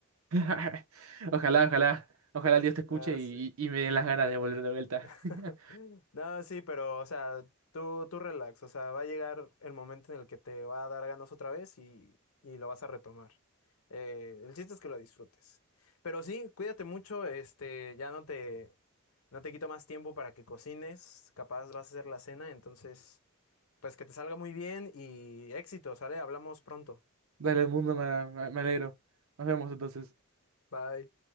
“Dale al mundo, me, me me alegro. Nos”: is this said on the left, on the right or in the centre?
Right